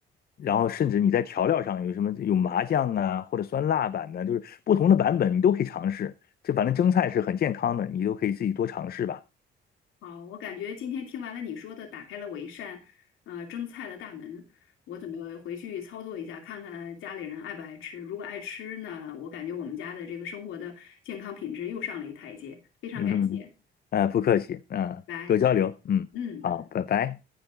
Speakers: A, on the left; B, on the left.
A: 然后甚至你在调料上有什么有麻酱啊或者酸辣版的，就是不同的版本你都可以尝试，就反正蒸菜是很健康的，你都可以自己多尝试吧。
B: 好，我感觉今天听完了你说的，打开了我一扇呃蒸菜的大门。我准备回去操作一下，看看家里人爱不爱吃。如果爱吃呢，我感觉我们家的这个生活的健康品质又上了一台阶。非常感谢，
A: 嗯哼，呃，不客气，嗯，
B: 拜。
A: 多交流，嗯，
B: 嗯。
A: 好，拜拜。